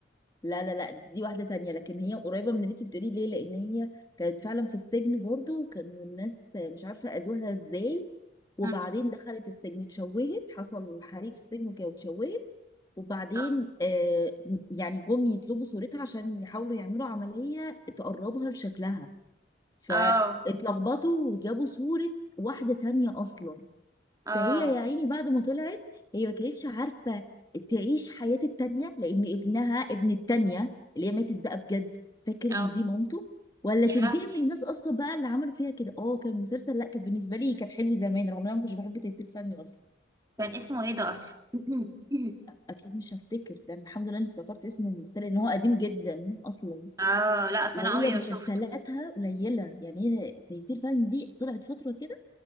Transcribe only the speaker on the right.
مم.
اه
اه
اه
آه.
يا
لهوي
كان اسمه ايه ده اصلا <clears throat> <laughs>
اه لا اصل
انا عمري
ما شفته